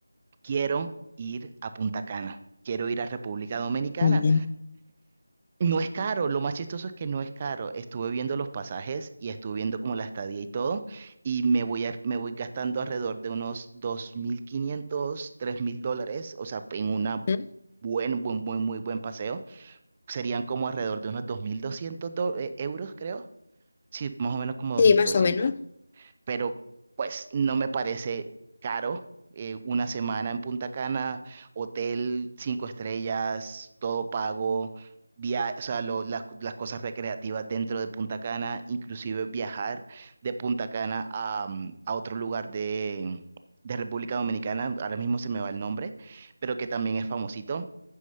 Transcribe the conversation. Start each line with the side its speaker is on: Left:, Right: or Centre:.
Right: quiero ir a Punta Cana, quiero ir a República Dominicana.
Left: Muy bien.
Right: No es caro, lo más chistoso es que no es caro. Estuve viendo los pasajes y estuve viendo como la estadía y todo, y me voy a- me voy gastando alrededor de unos dos mil quinientos, tres mil dólares, o sea, en una
Left: ¿Mm?
Right: buen, buen, buen, muy buen paseo. Serían como alrededor de unos 2.200 do- eh, euros, creo. Sí, más o menos como dos
Left: Sí,
Right: mil
Left: más
Right: doscientos
Left: o menos.
Right: pero pues no me parece caro. eh, una semana en Punta Cana, hotel cinco estrellas, todo pago, via o sea, lo- las, las cosas recreativas dentro de Punta Cana, inclusive viajar de Punta Cana a, mm, a otro lugar de, de República Dominicana, ahora mismo se me va el nombre, pero que también es famosito.